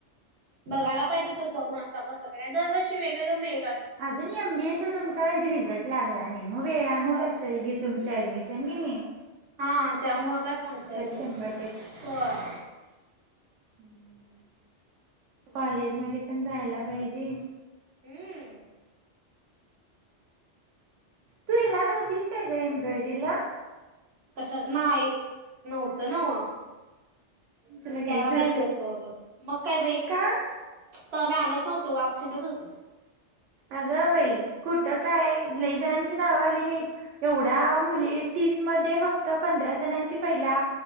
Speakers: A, on the right; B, on the right.
A: बघाला पाहिजे तिथं जाऊन आता कसं काय दरवर्षी वेगवेगळं मिळ
B: अजून एमबीएचा तुमचा रिझल्ट लागला नाही मग वेळनच
A: होय
B: असेल घे तुम चे ॲडमिशन कने
A: हा त्यामुळं काय सांगता येत
B: शंभर
A: नाही होय
B: हम्मम्म! कॉलेज मध्ये पण जायला पाहिजे
A: हम्म
B: तू हेला नव्हतीस काय गं एम्ब्रॉयडिला?
A: कशा नाही नव्हतं त नव्हं
B: तुला घ्यायचं
A: त्याला पायजे होतं अगं, मग काय बाई
B: का
A: तवा मी आलोच नव्हतो वो अपसेंटच होतो
B: अगं बाई! कुठं काय लई जणांची ती नावं आली नाहीत येवड्या मुली तीस मध्ये फक्त पंधरा जनांची पहिला